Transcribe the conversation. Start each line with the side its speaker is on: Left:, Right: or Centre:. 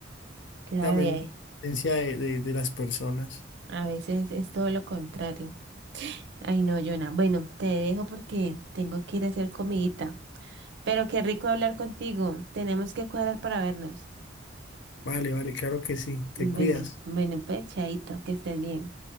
Right: claro,
Left: también
Right: y hay-
Left: la de, de, de las personas.
Right: a veces es todo lo contrario. Ay, no, Jonah. Bueno, te dejo porque tengo que ir a hacer comidita. Pero qué rico hablar contigo. Tenemos que cuadrar para vernos.
Left: Vale, vale, claro que sí, te
Right: Bueno,
Left: cuidas.
Right: bueno, pues, chaito, que estés bien.